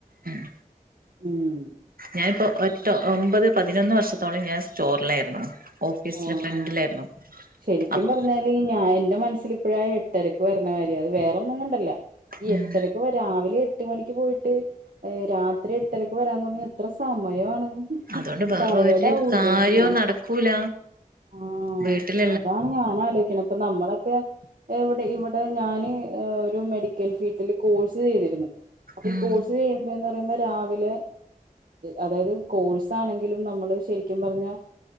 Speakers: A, on the right (about 85°); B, on the right (about 70°).
A: ഉം
B: ഉം
A: ഞാനിപ്പോ ഒറ്റോ ഒമ്പത് പതിനൊന്ന് വർഷത്തോളം ഞാൻ സ്റ്റോറിലായിരുന്നു ഓഫീസിലെ
B: ആഹ്
A: ഫ്രണ്ടിലായിരുന്നു
B: ശരിക്കും
A: അപ്
B: പറഞ്ഞാല് ഞാൻ എന്റെ മനസ്സിൽ ഇപ്പോഴായ എട്ടരക്ക് വരുന്ന കാര്യം അത് വേറെന്നും കൊണ്ടല്ല
A: ഉം
B: എട്ടരക്ക് രാവിലെ എട്ട് മണിക്ക് പോയിട്ട് രാത്രി എട്ടരക്ക് വരാന്ന് തു എത്ര സമയമാണ്
A: അതുകൊണ്ട് വേറ
B: ടയേർഡ്
A: ഒരു
B: ആവൂലേ
A: കാര്യോ നടക്കൂല
B: ആഹ്
A: വീട്ടിൽ
B: അതാണ് ഞാന ആലോിക്കണ ഇപ്പൊ നമ്മളൊക്കെ എവിടെ ഇവിടെ ഞാന് ഹ ഒരു മെഡിക്കൽ ഫീൽഡിൽ കോഴ്സ് ചെയ്തിരുന്നു അപ്പൊ
A: ഉം
B: ഈ കോഴ്സ് ചെയ്യുമ്പ എന്ന് പറയുമ്പോ രാവിലെ അതായത് കോഴ്സ് ആണെങ്കിലും നമ്മള് ശരിക്കും പറഞ്ഞ